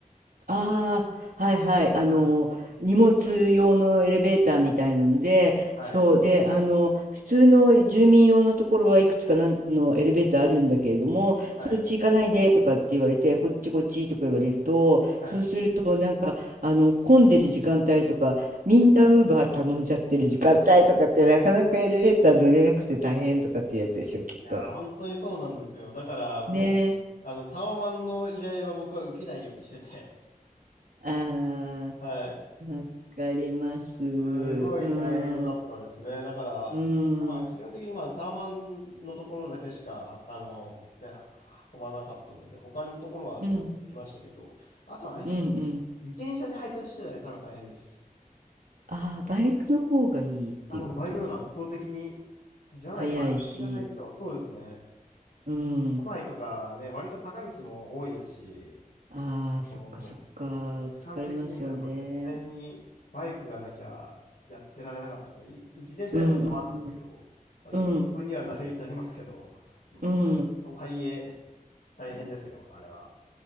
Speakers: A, on the right; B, on the left.
A: ああ、はいはい。あの、
B: はい。
A: 荷物用のエレベーターみたいなので、
B: はい、
A: そう。で、あの、普通の住民用のところはいくつかなんのエレベーターあるんだけれども、
B: はい、
A: そっち行かないでとかって言われて、こっちこっちとか言われると、
B: はい。
A: そうすると、なんか、あの、混んでる時間帯とか、みんなウーバー頼んじゃってる時間帯とかって、
B: はい、い
A: なかなかエレベーター乗れなくて大変とかっていうやつでしょ、きっと。
B: やー、本当にそうなんですよ。だから、もう、
A: ねえ。
B: あの、タワマンの依頼は僕は受けないようにしてて、<laughs>
A: ああ、
B: はい。
A: わかります。うん。
B: すごい大変だったですね。だから、
A: うー
B: まあ、基本的にまあタワマンのところだけしか、
A: ん。
B: あの、ね、運ばなかったので、他のところはまあ行きましたけど、
A: うん。
B: あとあれですね。
A: うんうん。
B: 自転車で配達してたら多分大変です。
A: ああ、バイクの方がいいっていうことですか。
B: あもうバイクの方が圧倒的に、じゃない、
A: 速いし。
B: バイクじゃないと、そうですね。
A: うん。
B: 都内とかね、割と坂道も多いですし、
A: ああ、そっかそっか。
B: あーまあ、時間的にもやっぱ絶対にバイクがなきゃやってられなかったですね。
A: 疲れますよね。
B: い自転車やったこともあるんですけど、
A: うんうん
B: まあ、いい運動にはなり、
A: うん
B: なりますけど、うんまあ、
A: うん。
B: とはいえ、大変ですよ、あれは。